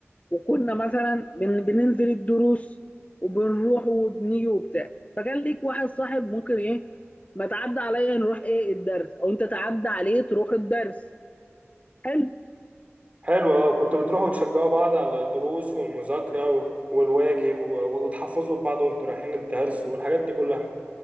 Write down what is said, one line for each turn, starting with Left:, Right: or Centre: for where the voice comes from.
Left: وكنا مثلا بن... بننزل الدروس وبنروح وبنيجي وبتاع فكان ليك واحد صاحب ممكن ايه ما تعدى عليا نروح ايه الدرس او انت تعدى عليه تروح الدرس حلو
Right: حلو اه كنتوا بتروحوا تشجعوا بعض على الدروس والمذاكرة و- والواجب و- وتحفظوا بعض وانتوا رايحين الدرس والحاجات دي كلها